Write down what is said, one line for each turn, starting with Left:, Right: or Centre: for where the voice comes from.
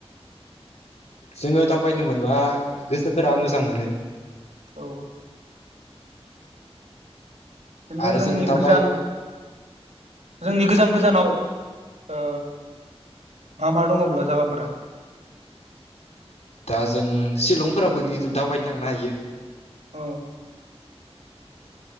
Left: जोङो दावबायनो मोनबा गोसोफोरा मोजां मोनो।
Right: औ। बिदिनो
Left: आरो
Right: जोंनि
Left: जों दावबाय
Right: गोजान जोंनि गोजान गोजानाव ओ मा मा दङब्ला जागाफोरा।
Left: दा जों शिलंफोरावबो बिदिनो दावबायनो थांनो हायो।
Right: औ।